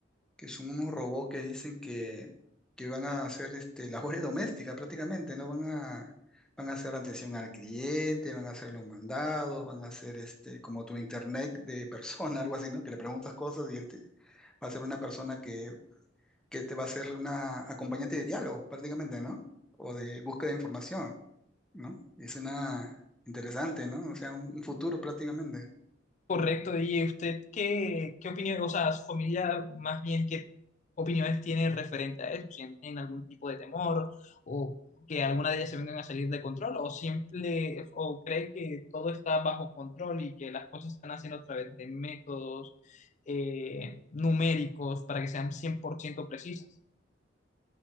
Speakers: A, in the centre; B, on the left.
A: que son unos robots que dicen que, que van a hacer este, <laughs> labores domésticas prácticamente, ¿no? Van a, van a hacer la atención al cliente, van a hacer los mandados, van a hacer este, como tu internet de persona, <laughs> algo así, ¿no? Que le preguntas cosas y él te, va a ser una persona que, que te va a ser una acompañante de diálogo prácticamente, ¿no? O de búsqueda de información, ¿no? Es una interesante, ¿no? O sea, un un futuro prácticamente.
B: Correcto, y usted qué, qué opinión, o sea, su familia más bien qué opiniones tiene referente a eso, sienten algún tipo de temor o que alguna de ellas se vengan a salir de control o siempre o cree que todo está bajo control y que las cosas se están haciendo a través de métodos eh, numéricos para que sean 100% precisas.